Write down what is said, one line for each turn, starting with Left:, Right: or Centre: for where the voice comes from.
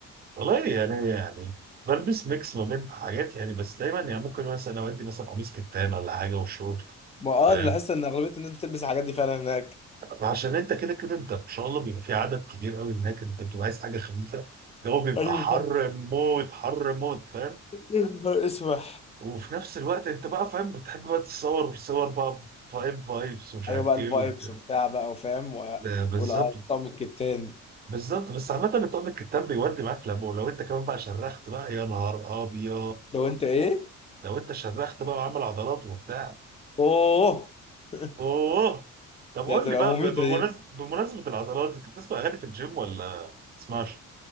Right: والله يعني يعني بلبس ميكس ما بين حاجات يعني بس دايما يعني ممكن مثلا أودي مثلا قميص كتان ولا حاجة وشورت
Left: ما اه
Right: فاهم
Left: انا لاحظت ان اغلبيه الناس بتلبس الحاجات دي فعلا هناك
Right: عشان انت كده كده انت ان شاء الله بيبقى في عدد كبير قوي هناك انت بتبقى عايز حاجه خفيفه اللي هو بيبقى
Left: ايوه
Right: حر
Left: <laughs>
Right: موت حر موت فاهم
Left: يا نهار اسود
Right: وفي نفس الوقت انت بقى فاهم بتحب بقى تتصور في صور بقى فايب فايبس ومش عارف
Left: ايوه بقى الفايبس
Right: ايه وبتاع.
Left: وبتاع بقى وفاهم و...
Right: آه، بالظبط
Left: والارقام الكتان
Right: بالظبط بس عامة الطقم الكتاب بيودي معاك لما ولو انت كمان بقى شرخت بقى يا نهار ابيض
Left: لو انت ايه
Right: لو انت شرخت بقى وعامل عضلات وبتاع
Left: اوه <laughs>
Right: اوه طب قول
Left: ده هتبقى
Right: لي بقى
Left: مميته
Right: بمناسبة
Left: دي
Right: بمناسبة العضلات انت بتسمع اغاني في الجيم ولا تسمعش؟